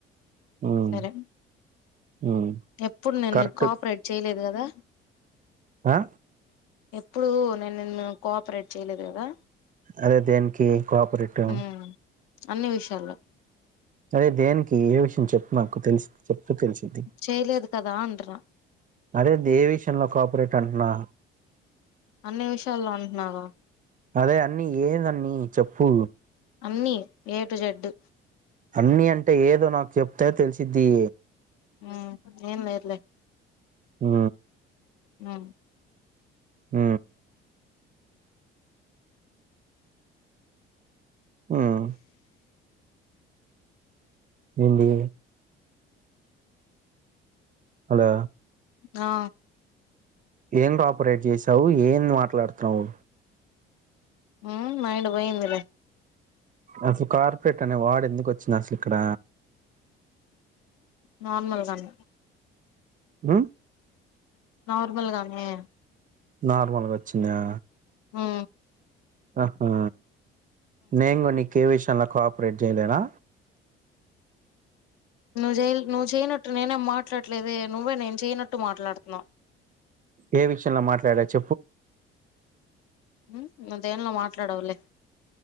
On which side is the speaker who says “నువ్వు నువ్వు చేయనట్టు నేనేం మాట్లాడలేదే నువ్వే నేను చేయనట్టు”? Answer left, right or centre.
Left